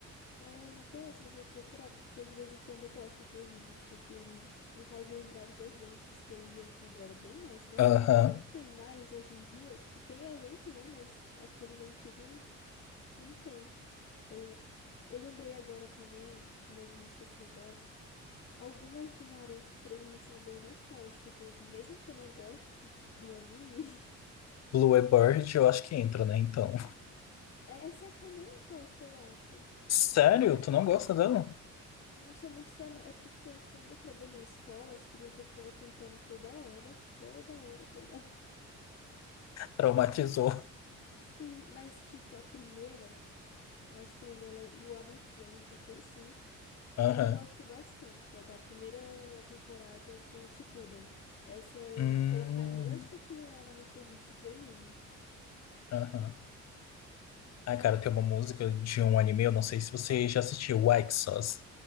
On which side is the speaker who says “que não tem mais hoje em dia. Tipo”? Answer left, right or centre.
Left